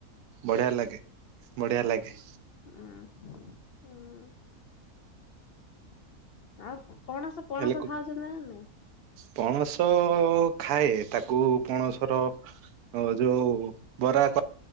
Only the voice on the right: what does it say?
ବଢିଆ ଲାଗେ ବଢିଆ ଲାଗେ
ହେଲେ
ପଣସ ଖାଏ ତାକୁ ପଣସର ଅ ଯୋଉ ବରା କ